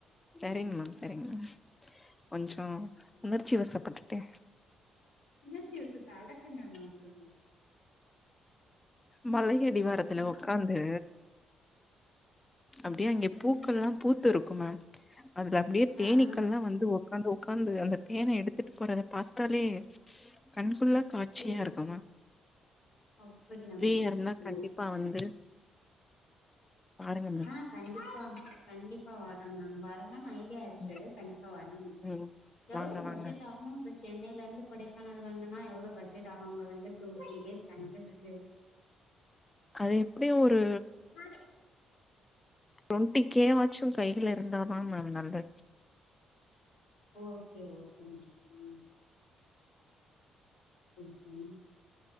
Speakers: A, on the left (about 20°); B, on the left (about 85°).
A: செரிங்க மேம் செரிங்க மேம் கொஞ்சோ உணர்ச்சி வசப்பட்டுட்டே
B: உணர்ச்சிவசத்த அடக்குங்க மேம் கொஞ்சொ
A: மலையடிவாரத்துல
B: ம்
A: உக்காந்து அப்டியே அங்கே பூக்கள்ல்லா பூத்து இருக்கும் மேம் அதுல அப்டியே
B: ஆ
A: தேனீக்கள்ல்லா
B: ஆ
A: வந்து உக் உக்காந்து உக்காந்து அந்த தேன எடுத்துட்டு போறத பாத்தாலே கண்கொள்ளா காட்சியா
B: ஓ
A: இருக்குமா
B: அப்படியா
A: ஃப்ரீயா
B: மேம்
A: இருந்தா கண்டிப்பா
B: ஓகே
A: வந்து பாருங்க மேம்
B: ஆ கண்டிப்பா கண்டிப்பா வரே மேம் வரனுன் ஐ டியா இருக்கு
A: ம்
B: கண்டிப்பா வரணு மேம்
A: ம்
B: எவ்ளோ
A: வாங்க வாங்க
B: பட்ஜெட் ஆகு இப்ப சென்னைல இருந்து கொடைக்கானல் வந்தனா எவ்ளோ பட்ஜெட் ஆகு அங்க வந்து டூ த்ரீ டேஸ் தங்குறதுக்கு
A: அது எப்டியு ஒரு
B: அ
A: ட்வெண்ட்டி கேவாச்சு கைல இருந்தாதா மேம் நல்லது
B: ஓகே ஓகே மேம் ம் ஓகே